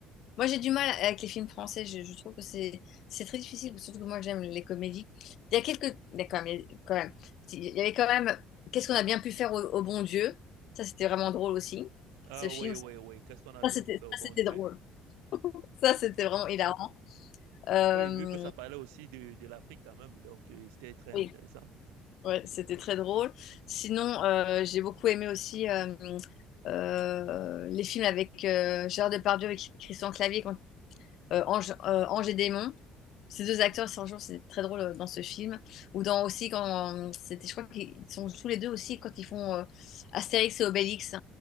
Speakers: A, on the left; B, on the right.
A: Moi j'ai du mal avec les films français. Je, je trouve que c'est c'est très difficile, surtout que moi j'aime les comédies. Il y a quelques. Il y a quand même. Quand même. si, Il y avait quand même. Qu'est-ce qu'on a bien pu faire au, au bon Dieu? Ça, c'était vraiment drôle aussi.
B: Ah,
A: Ce film.
B: ouais, ouais,
A: Ça,
B: ouais. Qu'est-ce qu'on a bien
A: c'était
B: pu faire, bon
A: ça, c'était
B: Dieu.
A: drôle. Ça, c'était vraiment hilarant. Euh,
B: Oui, vu que ça parlait aussi de, de l'Afrique quand même, donc euh, c'était très intéressant.
A: oui. Ouais, c'était très drôle. Sinon, euh, j'ai beaucoup aimé aussi euh, euh, les films avec euh, Gérard Depardieu et Christian Clavier, quand, euh, Ange, euh, Ange et Démon. Ces deux acteurs, c'est jour, c'était très drôle euh, dans ce film. Ou dans aussi quand euh, c'était, je crois qu'ils sont tous les deux aussi quand ils font euh, Astérix et Obélix.